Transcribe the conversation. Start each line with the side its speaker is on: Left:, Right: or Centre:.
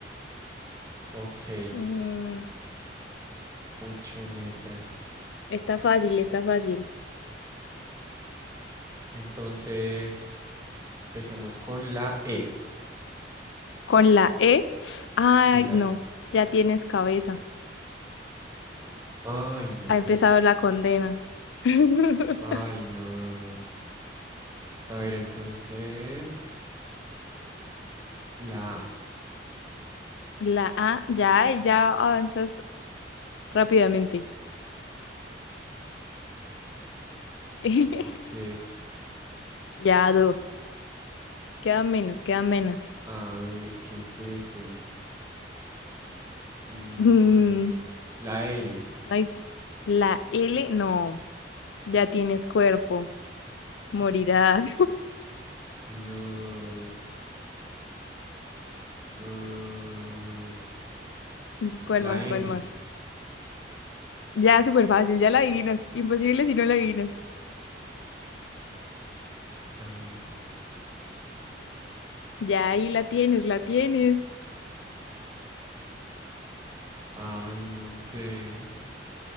Right: Ok,
Left: Mm,
Right: ocho letras.
Left: está fácil, está fácil.
Right: Entonces, empecemos con la E.
Left: con la E. Ay,
Right: Sí, la
Left: no,
Right: E.
Left: ya tienes cabeza.
Right: Ay, no.
Left: Ha empezado la condena. <laughs>
Right: Ay, no, no, no. A ver, entonces, la A.
Left: La A, ya, ahí ya avanzas rápidamente. <laughs>
Right: Ok.
Left: Ya dos. quedan menos, quedan menos.
Right: A ver, ¿qué es eso? Mm,
Left: Mm,
Right: la L.
Left: ay, la L, no, ya tienes cuerpo. Morirás.
Right: No. ah,
Left: <laughs> ¿Cuál
Right: la
Left: más?
Right: M.
Left: ¿Cuál más? Ya, súper fácil, ya la adivinas. Imposible si no la adivinas.
Right: A ver.
Left: Ya ahí la tienes, la tienes.
Right: Ay, no sé.